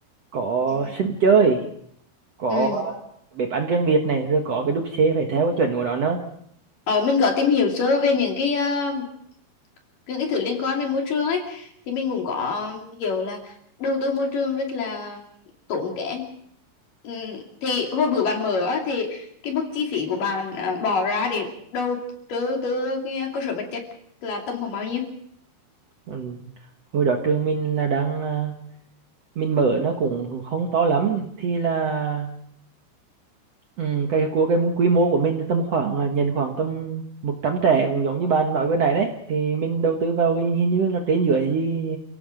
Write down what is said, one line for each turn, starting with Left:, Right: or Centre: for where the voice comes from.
Right: có
Left: Ừ.
Right: sân chơi có
Left: Ừ.
Right: bếp ăn riêng biệt này rồi có cái đúc xê phải theo cái chuẩn của nó nữa
Left: Ờ, mình có tìm hiểu sơ về những cái ờ, những cái thứ liên quan về môi trường ấy thì mình cũng có hiểu là đầu tư môi trường rất là tốn kém ừ, thì hồi bữa bạn mở á, thì cái mức chi phí của bạn à, bỏ ra để đầu tư từ cái cơ sở vật chất là tầm khoảng bao nhiêu
Right: ừ. hồi đó trường mình là đang à, mình mở nó cũng không to lắm thì là ừ, cái của cái quy mô của mình tầm khoảng à, nhận khoảng tầm một trăm trẻ cũng giống như bạn nói vừa nãy đấy thì mình đầu tư vào cái hình như là trên dưới gì